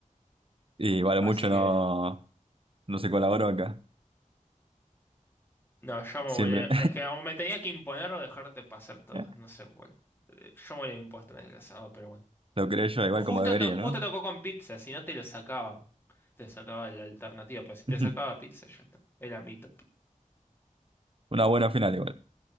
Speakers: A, on the right (about 40°); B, on the left (about 15°).
A: Y vale,
B: Así
A: mucho no,
B: que,
A: no se colaboró acá.
B: no, yo me
A: Siempre.
B: voy a... Es que o me tenía que imponer o dejarte pasar todas.
A: <laughs>
B: No sé cuál. Eh, Yo me lo he impuesto en el asado, pero bueno.
A: Lo creé yo igual
B: Justo,
A: como debería,
B: to- justo
A: ¿no?
B: tocó con pizza, si no te lo sacaba. Te sacaba la alternativa, pero si te
A: <laughs>
B: sacaba pizza, ya está. Era mi top.
A: Una buena final igual.